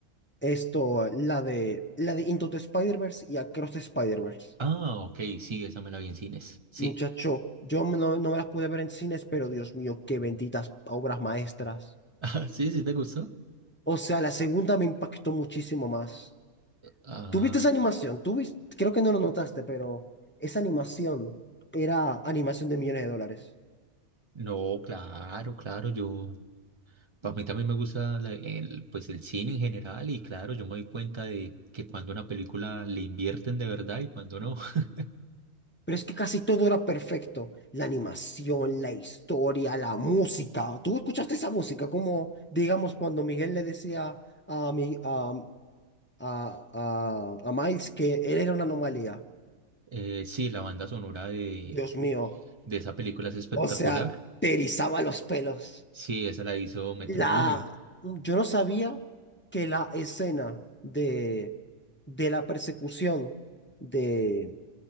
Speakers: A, on the left; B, on the right.
A: Esto, la de, la de Into the Spider-Verse y Across the Spider-Verse.
B: Ah, ok, sí, esa me la vi en cines. Sí,
A: Muchacho, yo me- no, no me las pude ver en cines, pero Dios mío, qué benditas obras maestras.
B: <laughs> Ah, sí, sí, ¿te gustó?
A: O sea, la segunda me impactó muchísimo más.
B: Ah,
A: ¿Tuviste esa animación? ¿Tú vis- Creo que no lo notaste, pero esa animación era animación de millones de dólares.
B: no, claro, claro, yo, a mí también me gusta la- el, pues el cine en general y claro, yo me doy cuenta de que cuando una película le invierten de verdad y cuando no. <laughs>
A: Pero es que casi todo era perfecto. La animación, la historia, la música. ¿Tú escuchaste esa música? Como, digamos, cuando Miguel le decía a mi, a a, a, a Miles que él era una anomalía.
B: Eh, sí, la banda sonora de,
A: Dios mío.
B: de esa película es espectacular.
A: O sea, te erizaba los pelos.
B: Sí, esa la hizo Metro
A: La,
B: Boomin.
A: yo no sabía que la escena de, de la persecución de,